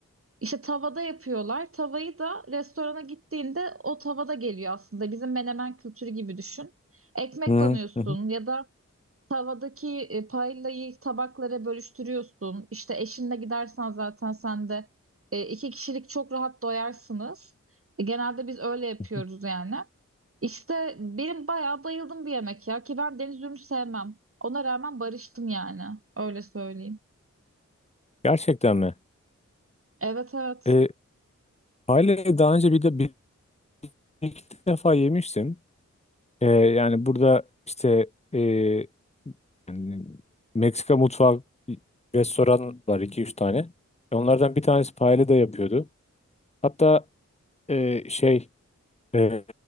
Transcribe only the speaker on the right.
İşte tavada yapıyorlar. Tavayı da restorana gittiğinde o tavada geliyor aslında. Bizim menemen kültürü gibi düşün. Ekmek
banıyorsun
ya da Tavadaki e, paillayı tabaklara bölüştürüyorsun. İşte eşinle gidersen zaten sen de e, iki kişilik çok rahat doyarsınız. E, genelde biz öyle yapıyoruz
yani. İşte benim bayağı bayıldım bir yemek ya ki ben deniz ürünü sevmem. Ona rağmen barıştım yani. Öyle söyleyeyim.
Evet evet.